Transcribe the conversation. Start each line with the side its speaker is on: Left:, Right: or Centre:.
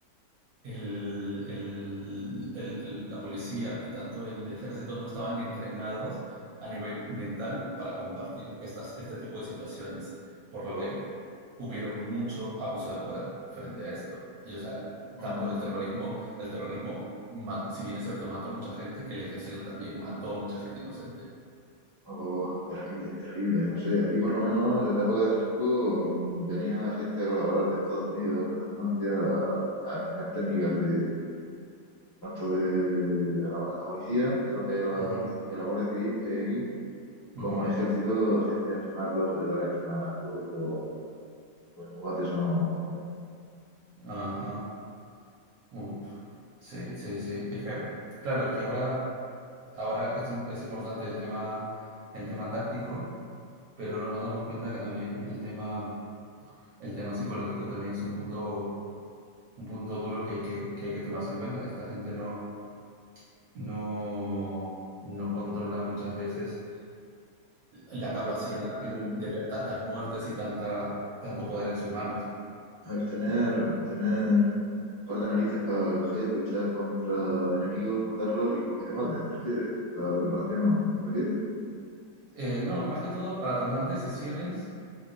Right: el- el- el- el- la policía y tanto el ejército no estaban entrenados a nivel mental para combatir estas, este tipo de situaciones, por lo
Left: Oh,
Right: que hubieron mucho abuso de poder frente a esto. Y o sea,
Left: ajá.
Right: tanto el terrorismo, el terrorismo, ma- si bien es cierto, mató mucha gente, el ejército también mató mucha gente inocente.
Left: Oh, terrible, terrible, no sé. Aquí por lo menos en la época de Franco mm, venía gente a colaborar de Estados Unidos o de Francia a, a enseñar técnicas de tanto de a la, a la policía y a la,
Right: Ujú,
Left: y a la Guardia Civil que hay aquí, como
Right: ujú.
Left: al ejército, gente a entrenarlos, ayudar a entrenar, por eso. Los juguetes son como-
Right: Ajá. Uh, sí, sí, sí. Es que, claro, es que ahora, ahora es, im- es importante el tema, el tema táctico, pero no nos damos cuenta que también el tema, el tema psicológico también es un punto, un punto duro que hay que, que hay que tomarse en cuenta. Esta gente no, no, no controla muchas veces la capacidad
Left: el, el-
Right: de ver tantas muertes y tanta, tanto poder en sus manos.
Left: el tener, tener un par de narices para coger, luchar contra enemigos, matarlos y o que te maten, ¿te refieres? ¿La preparación, te refieres?
Right: Eh, no, más que todo para tomar decisiones